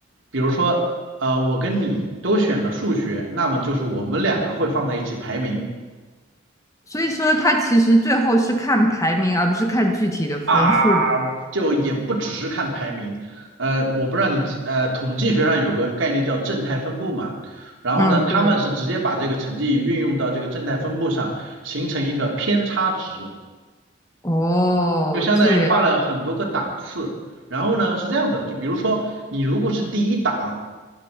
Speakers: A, on the right; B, on the left.
A: 比如说，呃，我跟你都选了数学，那么就是我们两个会放在一起排名。
B: 所以说它其实最后是看排名，而不是看具体的分数。
A: 啊，就也不只是看排名，呃，我不知道你呃，统计学上有个概念叫正态分布嘛，然后呢，
B: 嗯，
A: 他们是直接把这个成绩运用到这个正态分布上，
B: 对，
A: 形成一个偏差值，
B: 哦，
A: 就相当于画了很多个档次。
B: 这样，
A: 然后呢，是这样子，就比如说你如果是第一档，